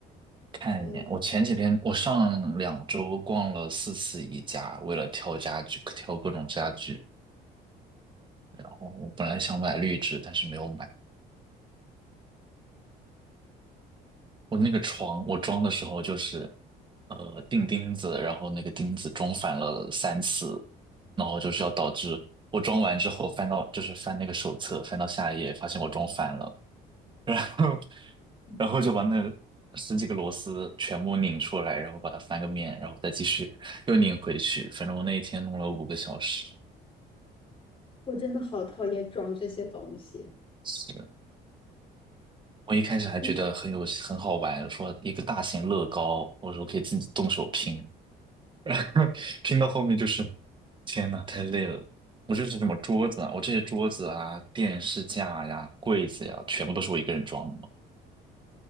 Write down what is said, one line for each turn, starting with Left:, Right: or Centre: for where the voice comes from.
Right: 看一眼。
Left: 嗯，
Right: 我前几天我上两周逛了四次宜家，为了挑家具，挑各种家具。然后我本来想买绿植，但是没有买。我那个床，我装的时候就是，呃，钉钉子，然后那个钉子装反了三次，然后就是要导致我装完之后翻到，就是翻那个手册，翻到下一页，发现我装反了，<laughs> 然后，
Left: <laughs>
Right: 然后就把那十几个螺丝全部拧出来，然后把它翻个面，然后再继续又拧回去。反正我那一天弄了五个小时。
Left: 我真的好讨厌装这些东西。
Right: 是我一开始还觉得很有很好玩，
Left: 嗯
Right: 说一个大型乐高，我说可以自己动手拼，<laughs> 拼到后面就是，天呐，太累了。我这是什么桌子啊，我这些桌子啊、电视架呀、柜子呀，全部都是我一个人装的嘛。